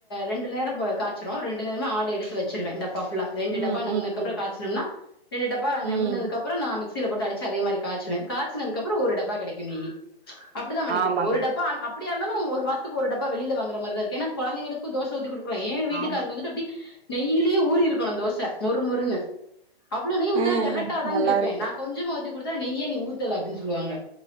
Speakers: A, on the left; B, on the right.
A: ரெண்டு நேரம் காச்சிருவோ ரெண்டு நேரமு ஆடய எடுத்து வச்சுருவே டப் பா ஃபுல்லா ரெண்டு
B: ம்
A: டப் பா நெம்னக்கப்றம்
B: ம் ம்
A: காச்சுனம்னா ரெண்டு டப்பா நெம்புனதுக்கப்புறம்
B: ம்
A: நா மிக்ஸ் சிலபோட்டு அடிச்சி அதே மாரி காச்சுவே காச்சுனதுக்கப்புறம் ஒருடப்பா கெடைக்கும் நெய்யி அப்டிதான் பன்னிக்கிறது
B: ஆமாங்க
A: ஒரு டப்பா ஆனா அப்டியா இருந்தாலு இன்னும் ஒரு மாசத்துக்கு ஒரு டப்பா வெளில வாங்கற மாரிதா இருக்கு ஏன்னா கொழந்தைங்களுக்கு தோச ஊத்தி குடுக் அப்புற ஏ வீட்டுக்காருக்கு
B: ஆமா
A: வந்துட்டு அப்டி நெய்யிலயே ஊறி இருக்கனு தோச மொறு மொறுனு அவ்ளோ நெய் ஊத்துனா
B: ஆ
A: தெகட்டாதான்
B: நல்லா
A: கேப்பே
B: இருக்கு
A: நா கொஞ்சமா ஊத்தி குடு த்தா நெய்யே நீ ஊத்தல அப்டின் சொல்லுவாங்க